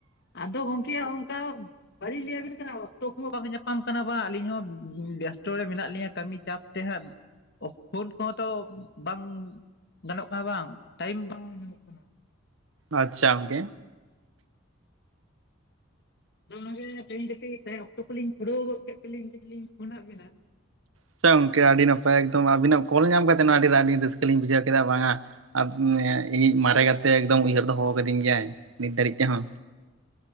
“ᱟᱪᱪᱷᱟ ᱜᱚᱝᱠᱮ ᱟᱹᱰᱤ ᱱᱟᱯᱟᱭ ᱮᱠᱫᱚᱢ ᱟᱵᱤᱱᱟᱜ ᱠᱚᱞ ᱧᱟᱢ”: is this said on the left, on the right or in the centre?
Right